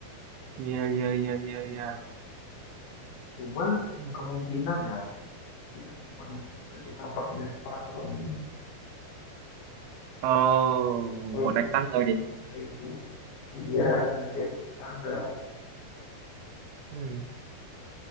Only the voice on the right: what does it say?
iya, iya, iya, iya,
iya.
Hmm.
Oh,
mau naik tangga dia.
Hmm.